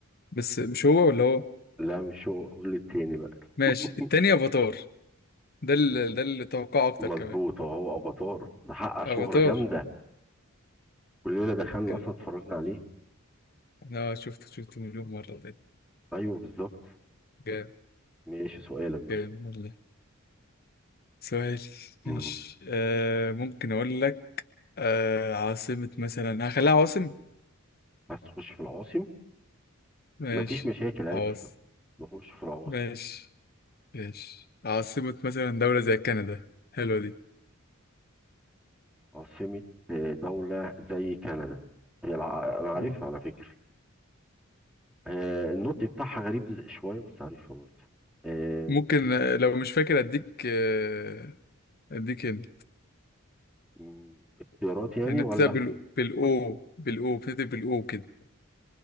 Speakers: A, on the left; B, in the centre.
A: بس مش هو ولا هو
B: لا مش هو قول التاني بقى
A: ماشي
B: <laughs>
A: التاني افاتار ده اللي
B: مم.
A: ده اللي توقعه اكتر
B: مظبوط
A: كمان
B: هو هو افاتار ده حقق شهرة
A: افاتار
B: جامدة كلنا دخلنا
A: جامد.
B: اصلا اتفرجنا عليه
A: اه شفت شفت مليون مرة ده
B: ايوه بالظبط
A: جامد
B: ماشي سؤالك بقى
A: جامد والله سؤالي
B: مم.
A: ماشي آه ممكن أقول لك آه عاصمة مثلا هخليها عواصم
B: عايز تخش في العواصم
A: ماشي
B: مفيش مشاكل عادي
A: عواصم
B: نخش في العواصم
A: ماشي ماشي عاصمة مثلا دولة زي كندا حلوة دي
B: عاصمة آه، دولة زي كندا هي الع... انا عارفها
A: مم.
B: على فكرة آه، النطق بتاعها غريب شوية بس عارفها برضه آه،
A: ممكن آه، لو مش فاكر أديك آه أديك هنا
B: مم، اختيارات يعني
A: يعني
B: ولا
A: بتبدأ بال- بالأو بالأو بتبدأ بالأو كده